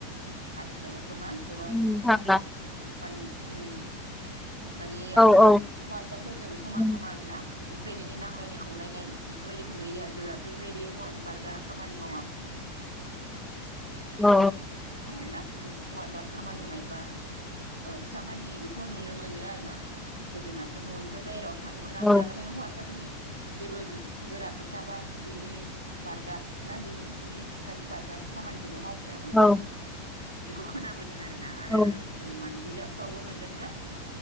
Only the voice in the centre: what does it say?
उम थांला
औ औ
उम
अ
औ
औ औ
औ